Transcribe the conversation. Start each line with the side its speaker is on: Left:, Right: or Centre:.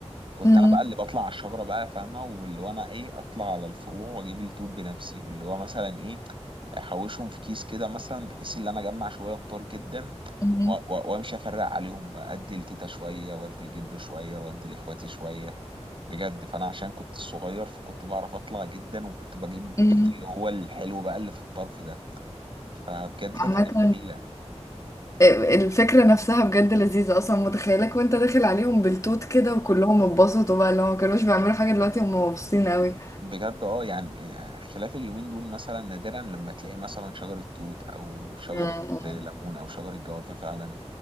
Right: كنت
Left: امم
Right: انا بقى اللي بطلع على الشجره بقى فاهمه واللي هو انا ايه اطلع على الفروع واجيب التوت بنفسي واللي هو مثلا ايه احوشهم في كيس كده مثلا بحيث ان انا اجمع شويه كتار جدا
Left: امم
Right: و- و- وامشي افرق عليهم بقى ادي لتيتا شويه وادي لجده شويه وادي لاخواتي شويه بجد فانا عشان كنت صغير فكنت بعرف اطلع جدا وكنت بجيب التوت
Left: امم
Right: اللي هو الحلو بقى اللي في الطرف ده فبجد
Left: عامة
Right: كانت ايام جميله
Left: الفكرة نفسها بجد لذيذة أصلا متخيلك وأنت داخل عليهم بالتوت كده وكلهم اتبسطوا بقى اللي هو مكانوش بيعملوا حاجة دلوقتي هم مبسوطين قوي
Right: بجد اه يعني يعني خلاف اليومين دول مثلا نادرا لما تلاقي مثلا شجره توت او شجره
Left: مم.
Right: ليمون او شجره جوافه فعلا